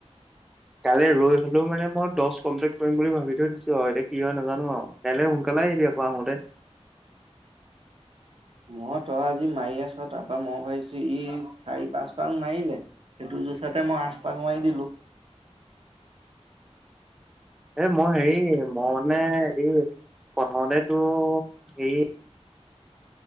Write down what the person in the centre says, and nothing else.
কাইলৈ ৰৈ হলেও মানে মই দহ কমপ্লিট কৰিম বুলি ভাবি থৈ দিছো অৰু, এতিয়া কি হয় নাজানো আৰু। কাইলে সোনকালে চাই আহিবি আকৌ আহোতে।
এ মই হেৰি মই মানে এই প্ৰথমতেতো এ'